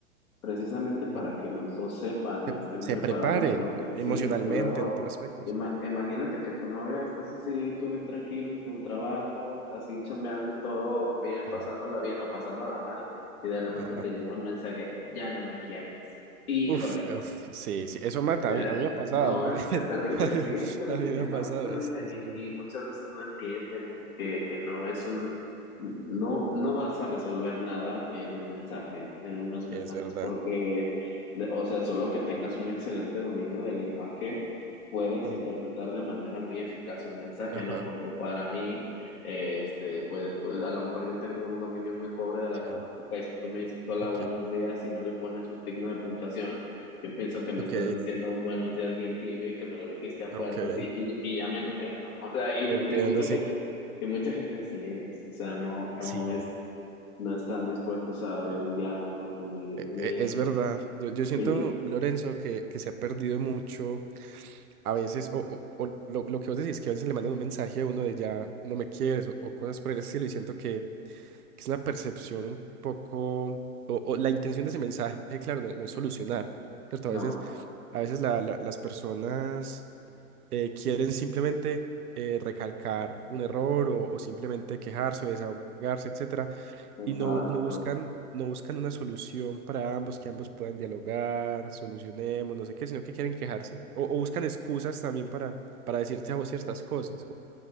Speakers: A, on the left (about 75°); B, on the right (about 85°).
A: precisamente para
B: Sí.
A: que los dos sepan
B: Se,
A: y estén
B: se
A: preparados
B: preparen
A: porque
B: emocionalmente
A: sí, porque luego
B: en todo aspecto,
A: ima-
B: sí.
A: imagínate que tu novia estás así, tú bien tranquilo en tu trabajo, así chambeando y todo bien, pasándola
B: Sí.
A: bien o pasándola mal y de repente
B: Ajá.
A: te llega un mensaje, ya no me quieres. Híjole.
B: Uf, uf, sí, sí, eso mata,
A: Eh,
B: a mí, a mí me ha pasado,
A: no,
B: a
A: es,
B: mí,
A: es terrible,
B: <laughs>
A: sí, es terrible,
B: a mí me ha
A: no,
B: pasado,
A: es terrible
B: es, es
A: y,
B: horrible.
A: y muchas veces no entienden que, que no es un, no, no vas a resolver nada en un mensaje, en unos mensajes,
B: Es verdad.
A: porque, de- o sea, solo que tengas un excelente dominio del lenguaje, puedes
B: Ujú.
A: interpretar de manera muy eficaz un mensaje,
B: Ajá,
A: ¿no? Porque para mí, eh, este, pues, pues a lo mejor yo tengo un dominio muy pobre de la
B: sí,
A: gramática y si tú me dices hola,
B: ok,
A: buenos días y no le pones un signo de puntuación, yo pienso que me
B: ok,
A: estás diciendo un buenos días bien tibio y que me lo dijiste a fuerzas
B: ok,
A: y, y, y ya me enojé, ¿no? O sea, y, mu-
B: entiendo,
A: y mucha
B: sí,
A: gente, y mucha gente así es, o sea, no, no
B: sí,
A: es, no están dispuestos a abrir un diálogo ni,
B: e-
A: ni,
B: e- es verdad. Yo, yo siento,
A: sí,
B: Lorenzo, que, que se ha perdido mucho a veces, o, o- o lo, lo que vos decís, que a veces le mandan un mensaje a uno de ya no me quieres, o, o cosas por el estilo, y siento que Es una percepción un poco, o, o la intención de ese mensaje, claro, no, no es solucionar, ¿cierto?
A: no,
B: A veces, a veces la- la- las personas eh, quieren simplemente eh, recalcar un error o, o simplemente quejarse o desahogarse, etcétera,
A: exacto,
B: y no, no buscan, no buscan una solución para ambos, que ambos puedan dialogar, solucionemos, no sé qué, sino que quieren quejarse o, o buscan excusas también para, para decirte a vos ciertas cosas,